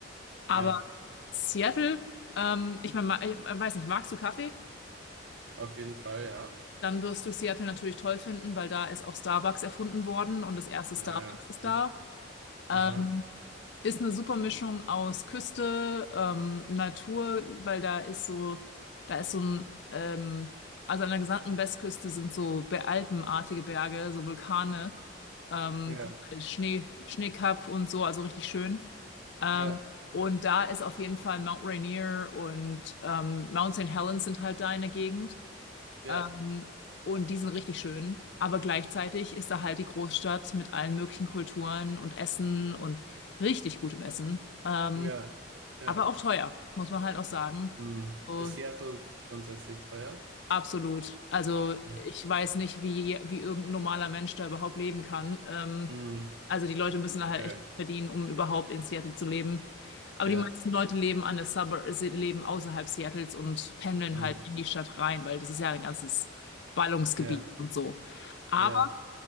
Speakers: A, on the left; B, on the right.
A: Aber
B: Ja.
A: Seattle, ähm, ich meine, ich äh, weiß nicht, magst du Kaffee?
B: Auf jeden Fall, ja.
A: Dann wirst du Seattle natürlich toll finden, weil da ist auch Starbucks erfunden worden und das erste
B: Naja.
A: Starbucks ist
B: Hm.
A: da. Ähm,
B: Aha.
A: Ist eine super Mischung aus Küste, ähm, Natur, weil da ist so, da ist so ein, ähm, also an der gesamten Westküste sind so Be- alpenartige Berge, so Vulkane, ähm,
B: Ja.
A: die halt Schnee, Schneekapp und so, also richtig schön. Ähm,
B: Ja.
A: und da ist auf jeden Fall Mount Rainier und ähm, Mount Saint Helens sind halt da in der Gegend.
B: Ja.
A: Ähm, und die sind richtig schön. Aber gleichzeitig ist da halt die Großstadt mit allen möglichen Kulturen und Essen und richtig gutem Essen. Ähm,
B: Ja. Ja.
A: aber auch teuer, muss man halt auch sagen.
B: Hm.
A: So,
B: Ist Seattle grundsätzlich teuer?
A: Absolut. Also
B: Ja.
A: ich weiß nicht, wie, wie irgendein normaler Mensch da überhaupt leben kann. Ähm,
B: Hm.
A: also die Leute müssen da
B: Okay.
A: halt echt verdienen, um überhaupt in Seattle zu leben. Aber
B: Ja.
A: die meisten Leute leben an der Suburb, leben außerhalb Seattles und pendeln
B: Hm.
A: halt in die Stadt rein, weil das ist ja ein ganzes Ballungsgebiet
B: Ja.
A: und so. Aber
B: Ja.